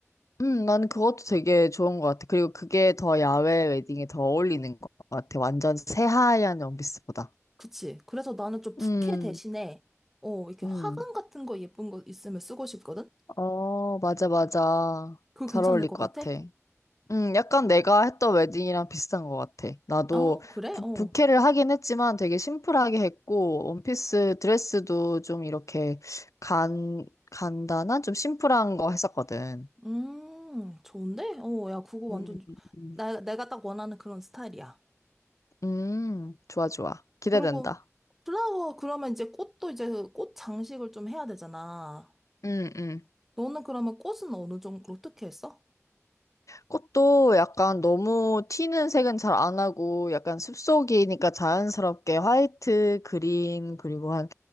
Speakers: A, on the left; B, in the centre.
A: 음, 나는 그것도 되게 좋은 것 같아. 그리고 그게 더 야외 웨딩에 더 어울리는 것 같아. 완전 새하얀 원피스보다.
B: 그치. 그래서 나는 좀 부케
A: 음,
B: 대신에, 어, 이렇게
A: 음.
B: 화관 같은 거 예쁜 거 있으면 쓰고 싶거든?
A: 어, 맞아, 맞아.
B: 그거
A: 잘
B: 괜찮을
A: 어울릴
B: 것
A: 것
B: 같아?
A: 같아. 음, 약간 내가 했던 웨딩이랑 비슷한 것 같아. 나도
B: 어, 그래?
A: 부,
B: 어.
A: 부케를 하긴 했지만 되게 심플하게 했고, 원피스 드레스도 좀 이렇게 간, 간단한, 좀 심플한 거 했었거든.
B: 음, 좋은데? 어, 야, 그거 완전,
A: 음, 음.
B: 나, 내가 딱 원하는 그런 스타일이야.
A: 음, 좋아, 좋아. 기대된다.
B: 그리고 플라워, 그러면 이제 꽃도 이제 그꽃 장식을 좀 해야 되잖아.
A: 음, 음.
B: 너는 그러면 꽃은 어느 정도, 어떻게 했어?
A: 꽃도 약간 너무 튀는 색은 잘 안 하고 약간 숲속이니까 자연스럽게 화이트, 그린, 그리고 한